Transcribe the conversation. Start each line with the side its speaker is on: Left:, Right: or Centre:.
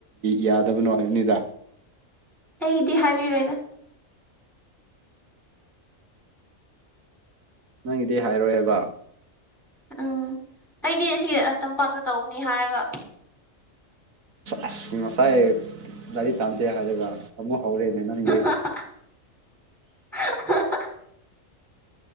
Right: ꯌꯥꯗꯕꯅꯣ ꯍꯥꯏꯕꯅꯤꯗ
Centre: ꯑꯩꯗꯤ ꯍꯥꯏꯕꯤꯔꯣꯏꯗ
Right: ꯅꯪꯒꯤꯗꯤ ꯍꯥꯏꯔꯣꯏ ꯍꯥꯏꯕ
Centre: ꯎꯝ ꯑꯩꯗꯤ ꯁꯤ ꯇꯝꯄꯥꯛꯇ ꯇꯧꯕꯅꯤ ꯍꯥꯏꯔꯒ
Right: ꯑꯁ ꯉꯁꯥꯏ ꯒꯥꯔꯤ ꯇꯥꯟꯝꯗꯦ ꯍꯥꯏꯔꯒ ꯑꯃꯨꯛ ꯍꯧꯔꯦꯅꯦ ꯅꯪꯒꯤ꯫
Centre: <unintelligible>